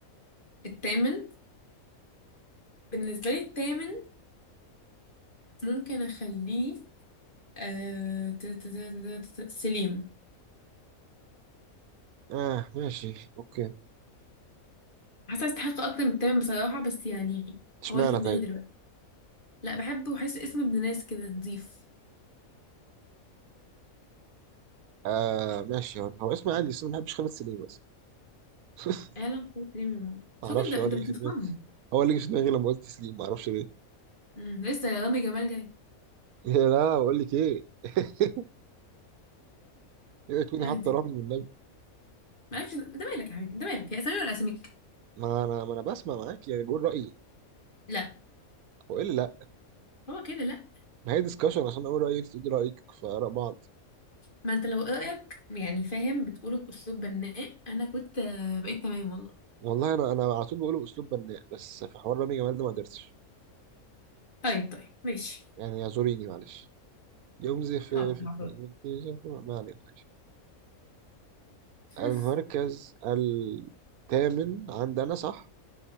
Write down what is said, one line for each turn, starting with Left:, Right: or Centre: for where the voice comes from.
Left: التامن بالنسبة لي التامن ممكن اخليه آه... ت- ت- ت- ت- ت- ت- سليم
Right: اه ماشي اوكي
Left: حاسة يستحق اكتر من التامن بصراحة بس يعني
Right: اشمعنى
Left: هو اللي في دماغي
Right: طيب
Left: دلوقتي لا بحبه وحاسه اسمه ابن ناس كده نظيف
Right: آه ماشي هو, هو اسمه عادي بس أنا ما بحبش خالد سليم بس <laughs>
Left: اعلم خير سليم الموضوع شوف
Right: ما اعرفش
Left: انت انت
Right: هو اللي
Left: بتفهمها
Right: جه في دماغي هو اللي جه في دماغي لما قلت سليم ما اعرفش ليه <laughs>
Left: امم لسه يا رامي جمال جاي
Right: يا لا بقول لك ايه <laughs> اوعي تكوني
Left: الله
Right: حاطه
Left: يهديك
Right: رقم من النبي
Left: مالكش انت مالك يا حبيبي انت مالك هي اسامي ولا اساميك
Right: ما انا ما انا بسمع معاك يعني بقول رايي
Left: لا
Right: والا لا
Left: هو كده لا
Right: ما هي ديسكشن عشان اقول رايك تقولي رايك في اراء بعض
Left: ما انت لو رايك يعني فاهم بتقوله باسلوب بناء انا كنت آه، بقيت تمام والله
Right: والله انا انا على طول بقوله باسلوب بناء بس في حوار رامي جمال ده ما قدرتش
Left: طيب طيب ماشي
Right: يعني اعذريني معلش يوم زي في
Left: حاضر
Right: في
Left: حاضر
Right: في- ما علينا
Left: <laughs>
Right: المركز الثامن عندنا صح